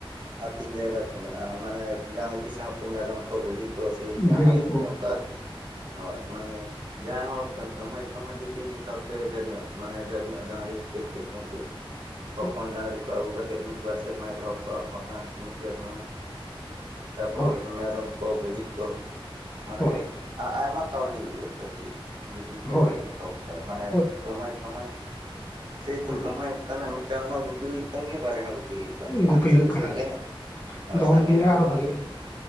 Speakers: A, on the right; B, on the left.
A: ᱟᱹᱛᱤᱧ ᱡᱟᱭᱜᱟ ᱠᱚ ᱢᱮᱱᱟᱜᱼᱟ ᱢᱟᱱᱮ ᱰᱟᱝᱜᱨᱤ ᱥᱟᱶᱛᱮ ᱢᱮᱨᱚᱢ ᱠᱚ ᱵᱷᱤᱰᱤ ᱥᱮ ᱟᱞᱮᱥᱮᱫ
B: ᱵᱷᱤᱲᱤ ᱠᱚ
A: ᱫᱚ ᱚᱱᱠᱟ ᱦᱚᱭ ᱢᱟᱱᱮ ᱡᱟᱦᱟᱸᱭ ᱦᱚᱲ ᱠᱟᱹᱢᱦᱟᱹᱭ ᱠᱟ. ᱢᱦᱟ. ᱭ ᱡᱩᱫᱤ ᱢᱤᱫ ᱫᱷᱟᱣᱛᱮ ᱰᱷᱮᱨ ᱧᱚᱜ ᱢᱟᱱᱮ ᱰᱷᱮᱨ ᱧᱚᱜ ᱰᱟᱝᱜᱨᱤ ᱠᱟᱹᱡ ᱠᱟᱹᱡ ᱩᱱᱠᱩ
B: <inaudible>
A: ᱦᱚᱯᱚᱱ ᱰᱟ. ᱝᱜᱨᱤ ᱠᱚ ᱟᱹᱜᱩ ᱠᱟᱛᱮᱫ ᱢᱤᱫ ᱵᱟᱨ ᱥᱮᱨᱢᱟᱭ ᱫᱚᱦᱚ ᱠᱚᱣᱟ ᱵᱟᱠᱷᱟᱱ ᱢᱤᱫᱪᱟᱨ ᱵᱟᱝᱟ ᱛᱟᱨᱯᱚᱨ
B: ᱦᱳᱭ
A: ᱢᱮᱨᱚᱢ ᱠᱚ ᱵᱷᱤᱰᱤ ᱠᱚ ᱢᱟᱱᱮ
B: ᱦᱳᱭ
A: ᱟᱭᱢᱟ ᱠᱟᱣᱰᱤ ᱯᱟᱥ ᱡᱩᱫᱤ ᱰᱷᱮᱨᱱᱚᱜ
B: ᱦᱳᱭ
A: ᱮ ᱫᱚᱦᱚ ᱠᱚᱣᱟᱭ ᱢᱟᱱᱮ
B: ᱦᱳᱭ
A: ᱠᱟᱹᱢᱦᱟᱹᱭ ᱠᱟᱹᱢᱦᱟᱹᱭ ᱥᱮᱭᱛᱚ
B: ᱦᱩᱸ,
A: ᱠᱟᱹᱢᱦᱟᱹᱭ ᱠᱟᱱᱟ ᱢᱤᱫᱴᱟᱝ ᱦᱚᱸ ᱜᱩᱯᱤ ᱦᱩᱭᱩᱜ ᱠᱟᱱ ᱜᱮᱭᱟ ᱵᱟᱨᱮ ᱦᱚᱸ ᱜᱩᱯᱤ ᱠᱤ ᱦᱩᱭᱩᱜ ᱠᱟᱱ ᱜᱮᱭᱟ
B: ᱜᱩᱯᱤ
A: ᱟᱫᱚ
B: ᱦᱩᱭᱩᱜ ᱠᱟᱱ
A: ᱥᱟᱸᱜᱮ
B: ᱜᱮᱭᱟ
A: ᱧᱚᱜ ᱫᱚ ᱦᱳᱭ
B: ᱫᱚᱦᱚ
A: ᱥᱟᱸᱜᱮ
B: ᱞᱮᱠᱷᱟᱱ
A: ᱧᱚᱜ
B: ᱜᱮ ᱟᱨᱚ
A: ᱫᱚᱦᱚ
B: ᱵᱷᱟᱜᱤᱜᱼᱟ
A: ᱞᱮᱠᱚ